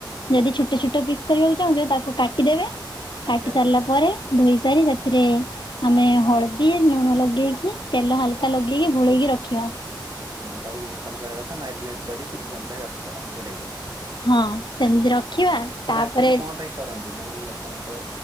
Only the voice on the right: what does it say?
ହୁଁ
ଆଚ୍ଛା
ହଁ ତାକୁ, ମୁଁ ତମେ କହିବା କଥା, ମାରିନେଟ କରି କିଛି ସମୟ ପାଇଁ ରଖିଦବା ଘୋଡେଇକି।
ଆଚ୍ଛା
ସେଟା
ଅକ୍ଚୋଲି କଣ, ପାଇଁ କରନ୍ତି? ଦିନ ମାନେ ମୁଁ ଏପନ୍ତ